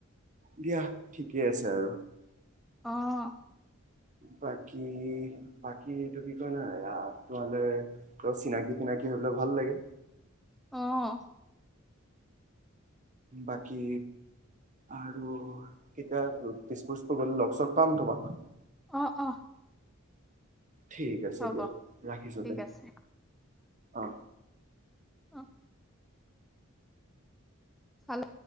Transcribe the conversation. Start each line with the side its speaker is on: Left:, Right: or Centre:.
Right: দিয়া ঠিকেই আছে আৰু।
Centre: অহ '।
Right: বাকী বাকী এইটো কি কয় নাই তোমাললে ত চিনাকি তিনাকি হৈ পেলাই ভাল লাগে।
Centre: অহ '।
Right: বাকী আৰু কেতিয়া দিছপুৰ চিছপুৰ গলে লগ চগ পাম তোমাক
Centre: অ অ
Right: ঠিক আছে
Centre: হ'ব
Right: দিয়া ৰাখিছো
Centre: ঠিক
Right: দে
Centre: আছে
Right: অ
Centre: অ', চালে